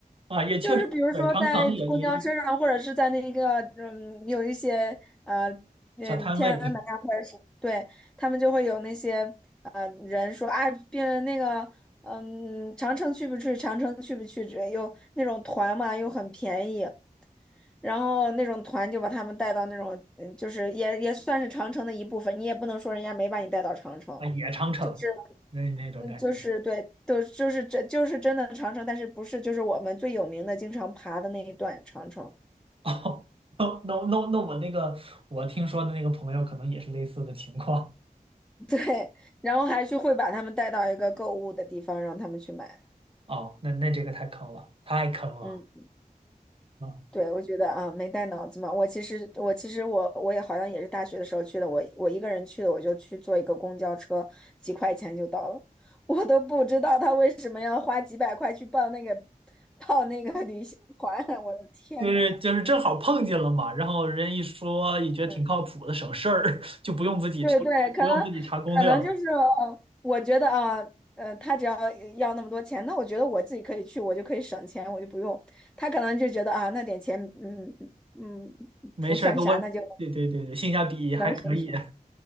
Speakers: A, on the right (about 40°); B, in the centre.
A: 啊，也确实，
B: 就是比如说在公交车上，
A: 对，长城也也
B: 或者是在那个嗯，有一些呃嗯天安门啊，
A: 小摊位
B: 或者是对他们就会有那些呃人说啊，别那个嗯长城去不去？长城去不去？只又那种团嘛，又很便宜，然后那种团就把他们带到那种嗯，就是也也算是长城的一部分，你也不能说人家没把你带到长城，
A: 啊，也长城那那种感觉。
B: 就是。嗯，就是对，都就是真就是真的长城，但是不是就是我们最有名的经常爬的那一段长城。
A: <laughs> 哦，那那那那我那个我听说的那个朋友可能也是类似的情况。
B: <laughs> 对，然后还去会把他们带到一个购物的地方，让他们去买。
A: 哦，那那这个太坑了，太坑了。
B: 嗯，
A: 啊！
B: 对，我觉得啊，没带脑子嘛。我其实我其实我我也好像也是大学的时候去的，我我一个人去的，我就去坐一个公交车，几块钱就到了，<laughs> 我都不知道他为什么要花几百块去报那个报那个旅行团，<laughs> 我的天呐！
A: 就是就是正好碰见了嘛，然后人一说也觉得挺靠谱的，
B: 嗯
A: 省事儿，<laughs> 就不用自己
B: 对对，可能可能就是，
A: 不用自己查攻略了，
B: 呃，我觉得啊，呃，他只要要那么多钱，那我觉得我自己可以去，我就可以省钱，我就不用。他可能就觉得啊，那点钱，嗯嗯，
A: 没事儿跟我，
B: 不算啥，那就
A: 对对对对，性价比还可以，
B: 能省省。